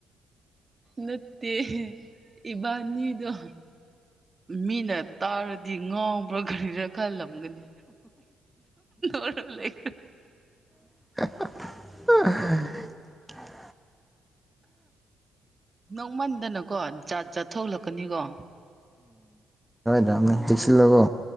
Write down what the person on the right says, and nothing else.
ꯅꯠꯇꯦ ꯏꯕꯥꯅꯤꯗꯣ ꯃꯤꯅ ꯇꯥꯔꯗꯤ ꯉꯥꯎꯕ꯭ꯔꯣ ꯒꯥꯔꯤꯅ ꯈꯜꯂꯣ ꯒꯗꯤ ꯑꯔ ꯂꯩ
ꯅꯣꯡꯃꯟꯗꯅꯀꯣ ꯖꯥꯠ ꯆꯥꯠꯊꯣꯛꯂꯛꯀꯅꯤꯀꯣ